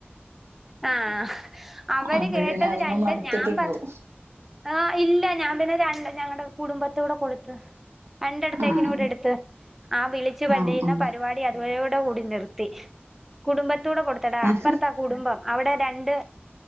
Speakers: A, in the centre; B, on the right (about 85°).
A: ആഹ് അവര്
B: അപ്പൊ
A: കേട്ടത്
B: പിന്നെ അതിമ്മെ
A: രണ്ട്
B: മടുത്തിട്ടുണ്ടാവും
A: ഞാൻ പറഞ്ഞത് ആ ഇല്ല ഞാൻപിന്നേ രണ്ട് ഞങ്ങടെ കുടുംബത്തോടെ കൊടുത്ത് <unintelligible>
B: ആഹ്
A: കൂടെ എടുത്ത് ആ വിളിച്ചു പറയുന്ന
B: ആഹ്
A: ചെയ്യുന്ന
B: ഉം
A: പരിപാടി <unintelligible> ണ്ട കൂടി നിർത്തി കുടുംബത്തൂടെ കൊടുത്തടാ
B: ആഹ്
A: അപ്പറത്ത കുടുംബം അവടെ രണ്ട്